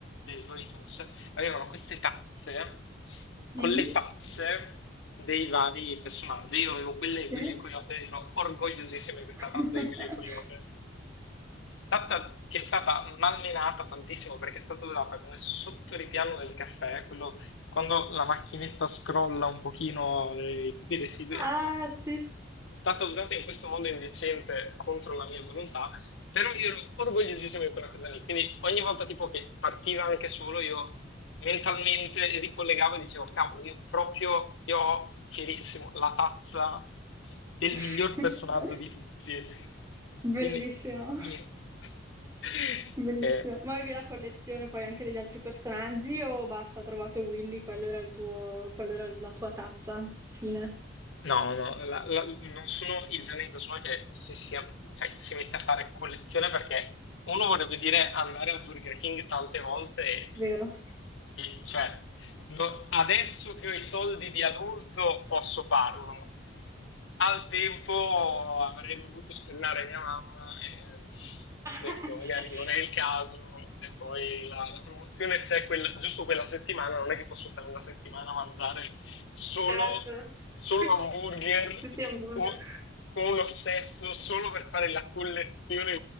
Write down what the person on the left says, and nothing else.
Looney Tunes, avevano queste tazze con
le facce dei vari personaggi. Io avevo quelle di
Willy il Coyote, ero orgogliosissimo di questa
tazza di Willy il Coyote. Tazza che è stata malmenata tantissimo perché è stata usata come sottoripiano del caffè, quello quando la macchinetta scrolla un pochino eh, tutti i residui,
ecco,
è stata usata in questo modo indecente contro la mia volontà, però io ero orgogliosissimo di quella cosa lì. Quindi ogni volta tipo che partiva anche solo, io mentalmente ricollegavo e dicevo, cavolo, io proprio, io ho fierissimo la tazza del
miglior personaggio di tutti.
Quindi, mio. <laughs>
Eh,
No, no, la- la- non sono il genere di persona che si, sia- cioè, che si mette a fare collezione perché uno vorrebbe dire andare al Burger King tante volte e,
e, cioè, no- adesso che ho i soldi di adulto posso farlo. Al tempo avrei dovuto spennare mia mamma e ho
detto magari non è il caso e poi la, la promozione c'è quella- giusto quella settimana, non è che posso stare una settimana a mangiare solo,
solo
hamburger
co- con un ossesso solo per fare la collezione,